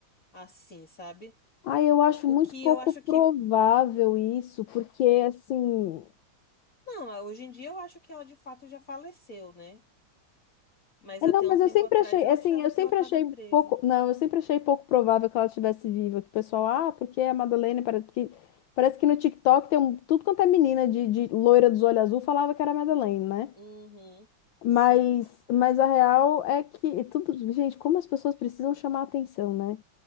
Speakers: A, on the left; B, on the left.
A: assim, sabe?
B: Ah, eu acho
A: O
B: muito
A: que
B: pouco
A: eu acho
B: provável
A: que,
B: isso, porque assim.
A: não, hoje em dia eu acho que ela de fato já faleceu, né? Mas
B: É,
A: até
B: não, mas
A: um tempo
B: eu sempre
A: atrás
B: achei,
A: eu
B: assim,
A: achava
B: eu sempre
A: que ela tava
B: achei
A: presa.
B: pouco. Não, eu sempre achei pouco provável que ela estivesse viva. Que o pessoal, ah, porque a Madalena parece que, parece que no TikTok tem um, tudo quanto é menina de, de loira dos olhos azul falava que era a Madeleine, né?
A: Uhum.
B: Mas,
A: Sim.
B: mas a real é que tudo, gente, como as pessoas precisam chamar atenção, né?